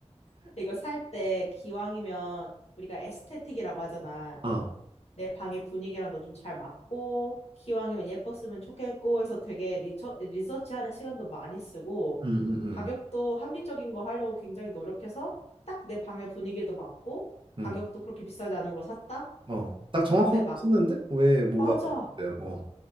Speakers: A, on the left; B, on the right.
A: <laughs> 이거 살 때 기왕이면 우리가 에스테틱이라고 하잖아.
B: 어.
A: 내 방의 분위기랑도 좀 잘 맞고, 기왕이면 예뻤으면 좋겠고 해서 되게 리처, 리서치하는 시간도 많이 쓰고,
B: 음, 음, 음.
A: 가격도 합리적인 거 하려고 굉장히 노력해서 딱 내 방의 분위기에도 맞고, 가격도
B: 음.
A: 그렇게 비싸지 않은 걸 샀다?
B: 어. 딱 정확한
A: 근데
B: 거
A: 막,
B: 썼는데? 왜 뭐가
A: 맞아!
B: 문제야? 어.